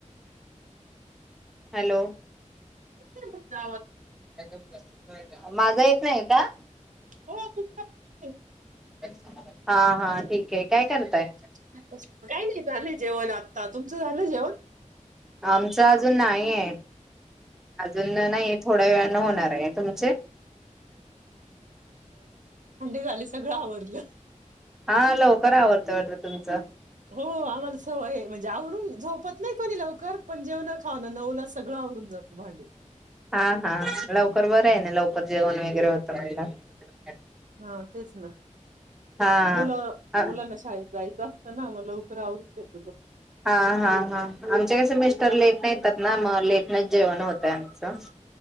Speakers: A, in the centre; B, on the right (about 75°).
A: हॅलो
B: <unintelligible>
A: <unintelligible> माझा येत नाही का,
B: हो तुमच <unintelligible>
A: हा हा ठीक आहे काय करताय?
B: <unintelligible> काय नाही झालं जेवण आता, तुमचं झालं जेवण?
A: आमच अजून नाही <unintelligible> अजून न नाही थोड्या वेळान न होणार आहे तुमचे
B: झाल सगळ आधारें
A: हा लवकर आवरताय‌ वाटत तुमचा
B: हो आम्हाला सवय आहे. म्हणजे आवरून झोपत नाही कोणी लवकर पण जेवण खाऊन नऊला सगळं आवरून जातो भांडी
A: हा हा लाव <inaudible> पर बरं आहे ना लवकर जेवण वगैरे होतं मनल्यावर
B: हा तेच ना
A: हा
B: मुलं
A: हा
B: मुलांना शाळेत जायचं असतं ना मग लवकर आवरुन घेत
A: हा हा हा आमचे कसे मिस्टर लेट नं येतात ना मग लेटनच जेवण होतय चा <inaudible>